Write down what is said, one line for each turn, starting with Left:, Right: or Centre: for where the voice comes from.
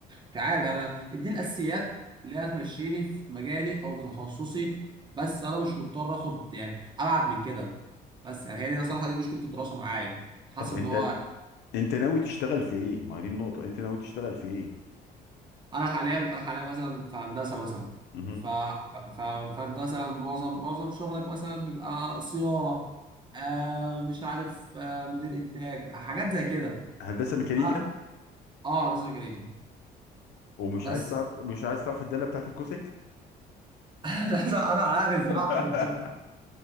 Right: مش عارف يعني، انا اديني الاساسيات اللي هتمشيني في مجالي او في تخصصي بس انا مش مضطر اخد يعني ابعد من كده بس يعني هي دي صراحه دي مشكله الدراسه معايا حاسس
Left: طب انت
Right: ان هو
Left: انت ناوي تشتغل في ايه ما هي دي النقطة انت ناوي تشتغل في ايه
Right: انا حاليا انا حاليا مثلا في هندسه مثلا
Left: مهم.
Right: ف... ف... ف... فانت مثلا معظم معظم شغلك مثلا بيبقى صيانه آه مش عارف آه مدير انتاج حاجات زي كده
Left: هندسة ميكانيكا
Right: اه آه، هندسه ميكانيكا
Left: ومش
Right: بس
Left: عايز تعرف مش عايز تعرف الدالة بتاعت الكوسك
Right: <laughs> مش عايز انا عارف اعرف
Left: <laughs>
Right: الد-